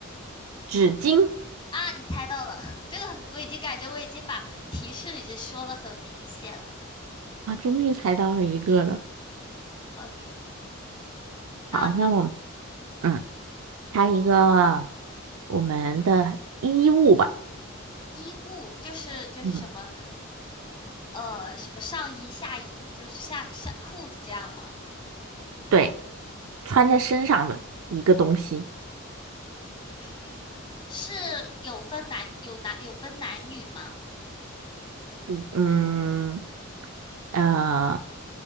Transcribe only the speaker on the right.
纸巾
啊，终于猜到了一个了。
好，那我们嗯，猜一个我们的衣物吧。
嗯，
对，穿在身上的一个东西。
嗯嗯，呃，